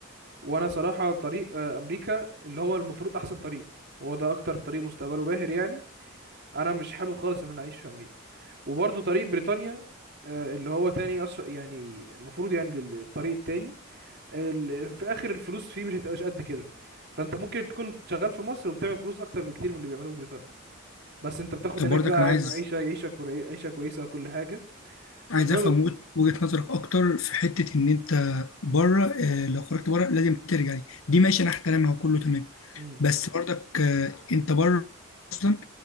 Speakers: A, on the right (about 50°); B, on the left (about 70°).
A: وانا صراحه طريق آه، امريكا اللي هو المفروض احسن طريق وهو ده اكتر طريق مستقبله باهر يعني انا مش حابب خالص ان انا اعيش في امريكا وبرضو طريق بريطانيا آه، اللي هو تاني أسر... يعني المفروض يعني ال- الطريق التاني ال... في الاخر الفلوس فيه مش هتبقاش قد كده فانت ممكن تكون شغال في مصر وبتعمل فلوس اكتر بكتير من اللي بيعملوه في بريطانيا بس انت بتاخد
B: طب
A: هناك
B: برضك
A: بقى
B: انا
A: عيب-
B: عايز
A: عيشه عيشه كوري... عيشه كويسه وكل حاجه
B: عايز
A: المهم
B: افهم وجه- وجهة نظرك اكتر في حتة ان انت بره آه، لو خرجت بره لازم ترجع دي دي ماشي انا احترمها وكله تمام
A: امم
B: بس برضك آه، انت بره اصلا